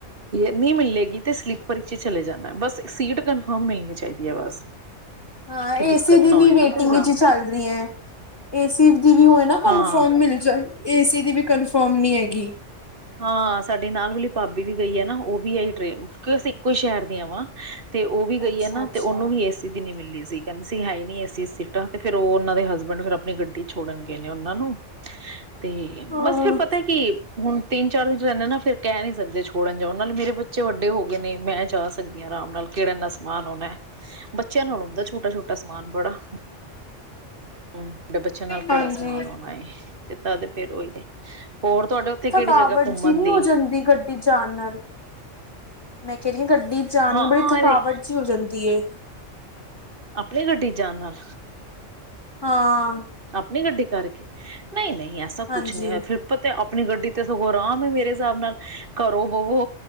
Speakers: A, on the right; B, on the left.
A: ਨਹੀਂ ਮਿਲੇਗੀ ਤੇ ਸਲੀਪਰ ਵਿੱਚ ਹੀ ਚਲੇ ਜਾਂਦਾ ਬਸ, ਸੀਟ ਕਨਫਰਮ ਮਿਲਣੀ ਚਾਹੀਦੀ ਹੈ ਬਸ,
B: ਹਾਂ
A: ਕਿ
B: ਏਸੀ
A: ਦਿੱਕਤ
B: ਦੀ
A: ਨਾ ਹੋਏ
B: ਵੀ ਵੇਟਿੰਗ'ਚ
A: ਨਾ ਫਿਰ ਜਾਣ
B: ਚੱਲ ਰਹੀ ਹੈ। ਏਸੀ ਦੀ ਵੀ ਹੋਏ ਨਾ ਕਨਫਰਮ
A: ਹਾਂ
B: ਮਿਲ ਜਾ ਏਸੀ ਦੀ ਵੀ ਕਨਫਰਮ ਨੀ ਹੈਗੀ,
A: ਹਾਂ ਸਾਡੀ ਨਾਲ ਵਾਲੀ ਭਾਬੀ ਵੀ ਗਈ ਆ ਨਾ ਉਹ ਵੀ ਇਹੀ ਟ੍ਰੇਨ ਕਿਉਂਕਿ ਅਸੀਂ ਇੱਕੋ ਹੀ ਸ਼ਹਿਰ ਦੀ ਆ ਵਾ। ਤੇ ਉਹ ਵੀ ਗਈਏ
B: ਅੱਛਾ
A: ਨਾ
B: ਅੱਛਾ
A: ਤੇ ਉਹਨੂੰ ਵੀ ਏ। ਦੀ ਨੀ ਮਿਲਲੀ ਸੀ ਕਹਿੰਦੀ ਸੀ ਹੈ ਹੀ ਨੀ ਏਸੀ ਸੀਟਾਂ ਤੇ ਫੇਿਰ ਉਹ ਉਹਨਾਂ ਦੇ ਹਸਬੈਂਡ ਫਿਰ ਆਪਣੀ ਗੱਡੀ ਛੋੜਨ ਗਏ ਨੇ ਉਹਨਾਂ ਨੂੰ ਤੇ
B: ਹਾਂ
A: ਬਸ ਫੇਿਰ ਪਤਾ ਕਿ ਹੁਣ ਤਿੰਨ ਚਾਰ ਦਿਨ ਰਹਿੰਦੇ ਨਾ ਫਿਰ ਕਹਿ ਨਹੀਂੀ ਸਕਦੇ ਛੋੜਨ ਜਾਓ ਨਾਲੇ ਮੇਰੇ ਬੱਚੇ ਵੱਡੇ ਹੋ ਗਏ ਨੇ ਮੈਂ ਜਾ ਸਕਦੀ ਹਾਂ ਆਰਾਮ ਨਾਲ ਕਿਹੜੇ ਨ, ਸਮਾਨ ਉਹ ਨਾ ਬੱਚਿਆਂ ਨੂੰ ਹੁੰਦਾ ਛੋਟਾ ਛੋਟਾ ਸਮਾਨ ਬੜਾ ਹੂੰ। ਤੁਹਾਡੇ ਬੱਚਿਆਂ ਨਾਲ ਕਿਹੜਾ
B: ਹਾਂਜੀ
A: ਸਮਾਨ ਹੋਣਾ ਤੇ ਤਦੇ ਫੇਰ ਉਹੀ ਹੋਰ ਤੁਹਾਡੇ ਉੱਥੇ ਕਿਹੜੀ
B: ਰੁਕਾਵਟ
A: ਜਗ੍ਹਾ ਘੁੰਮਣ
B: ਜਿ ਨਹੀਂੀ
A: ਦੀ
B: ਹੋ ਜਾਂਦੀ ਗੱਡੀ ਜਾਣ ਨਾਲ,, ਮੈਂ ਕਹਿ ਰਹੀ ਹਾਂ ਗੱਡੀ 'ਚ ਜਾਣ
A: ਹਾਂ
B: ਨੂੰ ਬੜੀ ਥਕਾਵਟ
A: ਅਰੇ
B: ਜਿਹੀ ਹੋ ਜਾਂਦੀ ਹੈ।
A: ਆਪਣੀ ਗੱਡੀ ਜਾਣ ਨਾਲ,
B: ਹਾਂ।
A: ਆਪਣੀ ਗੱਡੀ ਕਰਕੇ ਨਹੀਂ ਨਹੀਂ ਐਸਾ
B: ਹਾਂਜੀ
A: ਕੁਛ ਨਹੀਂ ਹੈਇਆ ਫਿਰ, ਆਪ ਤੇ ਆਪਣੀ ਗੱਡੀ ਤੇ ਸਗੋਂ ਆਰਾਮ ਹੈ ਮੇਰੇ ਹਿਸਾਬ ਨਾਲ ਘਰੋ ਬਵੋ,